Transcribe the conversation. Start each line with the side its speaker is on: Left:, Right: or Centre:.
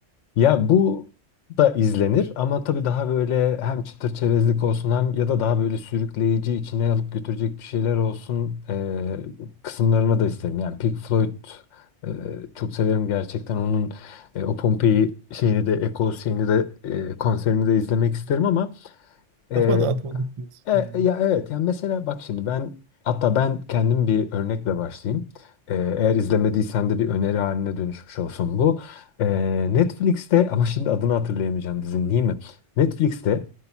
Left: Ya bu da izlenir ama tabii daha böyle hem çıtır çerezlik olsun hem ya da daha böyle sürükleyici içine alıp götürecek bir şeyler olsun eee, kısımlarına da isterim. Yani Pink Floyd eee, çok severim gerçekten. Onun eee, o Pompei şeyini de Echoes şeyini de eee, konserini de izlemek isterim ama Ee,
Right: Kafa dağıtmalık diyorsun
Left: e,
Right: yani.
Left: e, ya evet yani mesela bak şimdi ben hatta ben kendim bir örnekle başlayayım. Ee, eğer izlemediysen de bir öneri haline dönüşmüş olsun bu. Ee, Netflix'te ama şimdi adını hatırlayamayacağım dizinin değil mi? Netflix'te